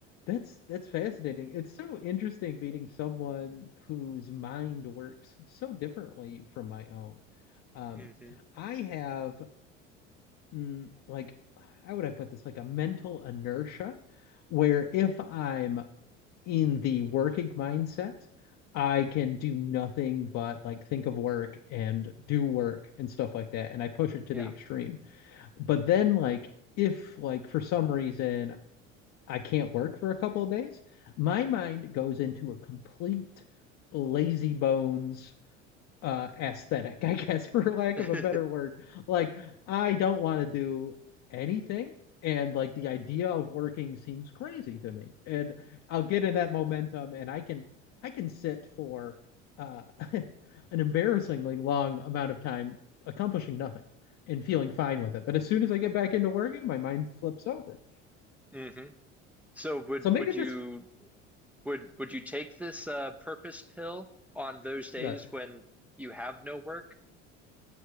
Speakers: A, on the left (about 45°); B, in the centre.
A: that's that's fascinating. It's so interesting meeting someone whose mind works so differently from my own. Um,
B: hmm
A: I have mm, like how would I put this? Like a mental inertia where if I'm in the working mindset, I can do nothing but like think of work and do work and stuff like that. And I push it to
B: Yeah.
A: the extreme. But then like if like for some reason I can't work for a couple of days, my mind goes into a complete lazy bones uh aesthetic, <laughs> I guess, for lack
B: <laughs>
A: of a better word. Like, I don't want to do anything. And like the idea of working seems crazy to me. And I'll get in that momentum and I can I can sit for uh <laughs> an embarrassingly long amount of time accomplishing nothing and feeling fine with it. But as soon as I get back into working, my mind flips over.
B: hmm So would
A: So maybe
B: would
A: this
B: you Would would you take this uh, purpose pill on those days
A: uh,
B: when you have no work?